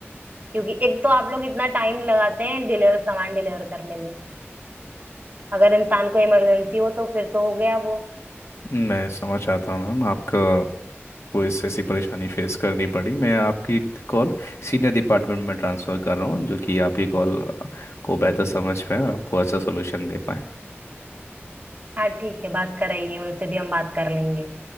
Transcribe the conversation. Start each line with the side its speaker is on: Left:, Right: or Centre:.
Right: क्योंकि एक तो आप लोग इतना टाइम लगाते हैं डिलीवर सामान डिलीवर करने में अगर इंसान को इमरजेंसी हो तो फिर तो हो गया वो
Left: मैं समझ चाहता हूँ मैम आपका कोई ऐसी ऐसी परेशानी फेस करनी पड़ी मैं आपकी कॉल सीनियर डिपार्टमेंट में ट्रांसफ़र कर रहा हूँ जो कि आपकी कॉल को बेहतर समझ पाए और आपको अच्छा सोल्यूशन दे पाए
Right: हाँ ठीक है बात कराइए उनसे भी हम बात कर लेंगे